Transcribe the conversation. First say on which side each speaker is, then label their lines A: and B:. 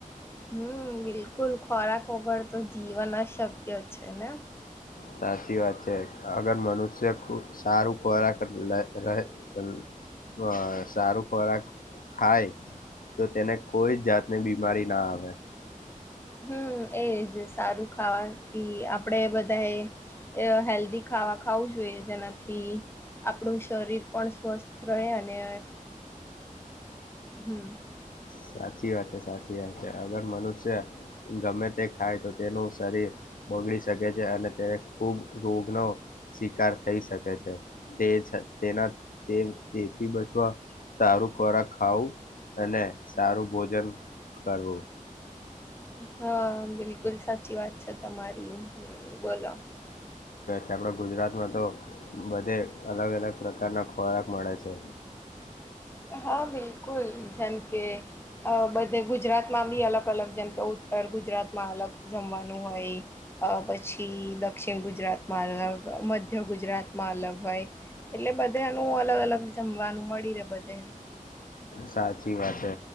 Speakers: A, on the left; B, on the left.
A: હમ બિલકુલ ખોરાક વગર તો જીવન જ શક્ય છે ને
B: સાચી વાત છે. અગર મનુષ્ય ખ સારું ખોરાક લે રહે <unintelligible> બ સારું ખોરાક ખાય તો તેને કોઈ જાતની બીમારી ના આવે.
A: હમ્મ એજ. સારું ખાવાથી આપડે બધા એ અહ હેલ્ધી ખાવા ખાવું જોઈએ, જેનાથી થી આપણું શરીર પણ સ્વસ્થ રહે, અને હમ્મ.
B: સાચી વાત છે, સાચી વાત છે. અગર મનુષ્ય ગમે તે ખાય તો તેનું શરીર બગડી શકે છે, અને તેને ખૂબ રોગનો શિકાર થઈ શકે છે. તે છ તેના તે તેથી બચવા સારું ખોરાક ખાવું અને સારું ભોજન કરવું.
A: હા, બિલકુલ સાચી વાત છે તમારી. હમ્મ, બોલો.
B: આપડ ગુજરાતમાં તો બધે અલગ-અલગ પ્રકારના ખોરાક મળે છે.
A: હા બિલકુલ. જેમ કે અહ બધે ગુજરાતમાં બી અલગ અલગ જેમ કે ઉત્તર ગુજરાતમાં અલગ જમવાનું હોય, અહ પછી દક્ષિણ ગુજરાત તમાં અલગ, મધ્ય ગુજરાતમાં અલગ હોય. એટલે બધાનું અલગ અલગ જમવાનું મળી રે બધા
B: સાચી વાત છે